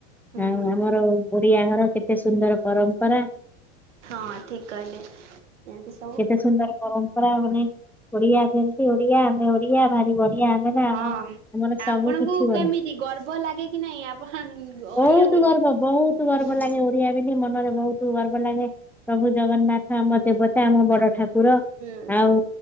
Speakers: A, on the right; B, in the centre.
A: ହୁଁ
B: ଆଉ
A: ହୁଁ
B: ଆମର। ଓଡିଆ ଘର କେତେ ସୁନ୍ଦର। ପରମ୍ପରା।
A: ହଁ ଠିକ କହିଲେ ଏମତି ସ
B: କେତେ ସୁନ୍ଦର ପରମ୍ପରା ମାନେ ଓଡିଆ ଯେମତି ଓଡିଆ ଆମେ ଓଡିଆ। ଭାରି ବଢିଆ ଆମେ ନା
A: ହଁ
B: ଆମ ଆମର ସବୁ
A: ଆପଣଙ୍କୁ
B: କିଛି ବଢିଆ।
A: କେମିତି ଗର୍ବ ଲାଗେ କି ନାଇଁ ଆପଣ ଓଡିଆ
B: ବହୁତ
A: ବୋଲି?
B: ଗର୍ବ ବହୁତ ଗର୍ବ
A: ହୁଁ
B: ଲାଗେ ଓ ଡିଆ ବୋଲି ମନରେ ବହୁତ ଗର୍ବ ଲାଗେ ପ୍ରଭୁ ଜଗନ୍ନାଥ ଆମ ଦେବତା ଆମ ବଡ ଠାକୁର।
A: ହୁଁ
B: ଆଉ
A: ହୁଁ।